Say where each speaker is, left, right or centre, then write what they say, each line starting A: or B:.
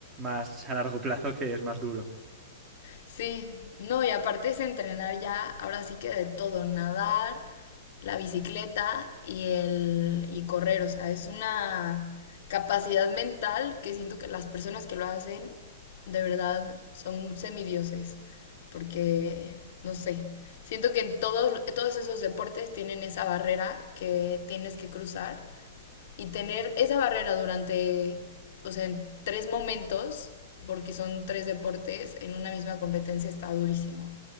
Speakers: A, on the right; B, on the left.
A: más a largo plazo que es más duro.
B: Sí, no, y aparte es entrenar ya, ahora sí que de todo, nadar, la bicicleta y el y correr, o sea, es una capacidad mental que siento que las personas que lo hacen de verdad son semidioses, porque no sé, siento que en todos todos esos deportes tienen esa barrera que tienes que cruzar y tener esa barrera durante, o sea, en tres momentos, porque son tres deportes, en una misma competencia está durísimo.